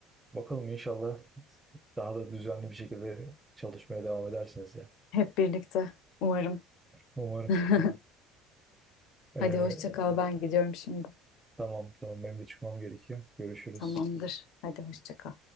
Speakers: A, on the right; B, on the left.
A: Bakalım inşallah daha da düzenli bir şekilde çalışmaya devam edersiniz ya.
B: Hep birlikte umarım.
A: Umarım.
B: <laughs>
A: Ee,
B: Hadi hoşça kal. Ben gidiyorum şimdi.
A: tamam tamam benim de çıkmam gerekiyor. Görüşürüz.
B: Tamamdır. Hadi hoşça kal.